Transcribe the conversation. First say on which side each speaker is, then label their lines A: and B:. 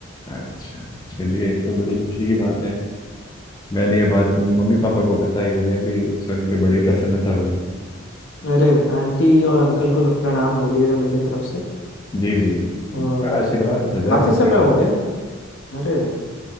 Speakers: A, on the left; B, on the left.
A: अच्छा चलिए ये तो बड़ी खुशी की बात है मैंने ये बात मम्मी पापा को बताई उन्हें भी सुन के बड़ी प्रसन्नता हुई
B: अरे आंटी और अंकल को प्रणाम बोलिएगा मेरे तरफ से
A: जी जी जी
B: और
A: उनका आशीर्वाद सदैव
B: काफी
A: आपके
B: समय
A: साथ
B: हो गया अरे